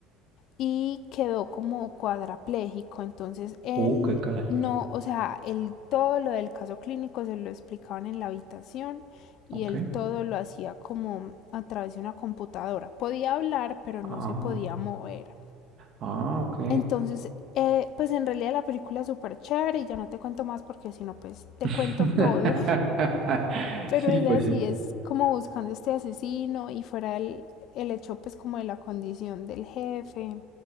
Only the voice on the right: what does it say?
Uh, qué caray.
Ok.
Ah,
ah, ok.
<laughs>
Sí,
pues
sí.